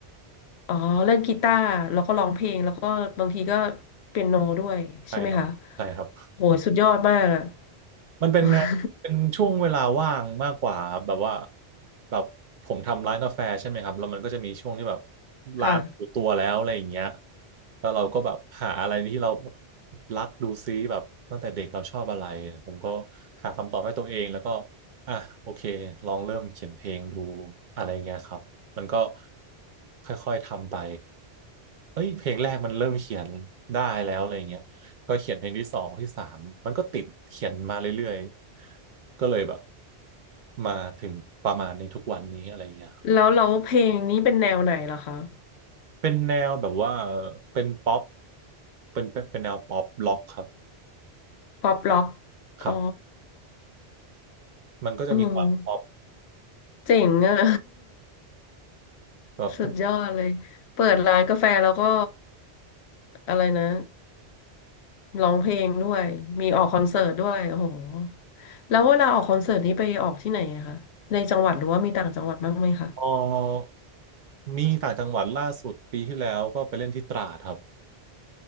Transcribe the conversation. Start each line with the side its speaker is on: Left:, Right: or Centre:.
Left: อ๋อเล่นกีตาร์แล้วก็ร้องเพลงแล้วก็บางทีก็เปียโนด้วยใช่ไหมคะ
Right: ใช่ครับใช่ครับ
Left: โหสุดยอดมากอะ
Right: มันเป็นงานเป็นช่วงเวลาว่างมากกว่าครับแบบว่า
Left: <laughs>
Right: แบบผมทำร้านกาแฟใช่ไหมครับแล้วมันก็จะมีช่วงที่แบบร้านอยู่ตัวแล้วอะไรอย่างเงี้ย
Left: ค่ะ
Right: แล้วเราก็แบบหาอะไรที่เราแบบรักดูซิแบบตั้งแต่เด็กเราชอบอะไรผมก็หาคำตอบให้ตัวเองแล้วก็อ่ะโอเคลองเริ่มเขียนเพลงดูอะไรเงี้ยครับมันก็ค่อยๆทำไป เอ้ยเพลงแรกมันเริ่มเขียนได้แล้วอะไรเงี้ยก็เขียนเพลงที่สองที่สามมันก็ติดเขียนมาเรื่อยๆ ก็เลยแบบมาถึงประมาณในทุกวันนี้อะไรเงี้ยครับ
Left: แล้วเราเพลงนี้เป็นแนวไหนเหรอคะ
Right: เป็นแนวแบบว่าเป็นป๊อปเป็นเป็นเป็นแนวป๊อปล็อกครับ
Left: ป๊อปร็อก
Right: ครับ
Left: อ๋อ
Right: มันก็จะมีความป๊อป
Left: เออเจ๋งอะ <laughs>
Right: แบบก็
Left: สุดยอดเลยเปิดร้านกาแฟแล้วก็อะไรนะร้องเพลงด้วยมีออกคอนเสิร์ตด้วยโอ้โหแล้วเวลาออกคอนเสิร์ตนี้ไปออกที่ไหนอะคะในจังหวัดหรือว่ามีต่างจังหวัดบ้างไหมคะ
Right: พอมีต่างจังหวัดล่าสุดปีที่แล้วก็ไปเล่นที่ตราดครับ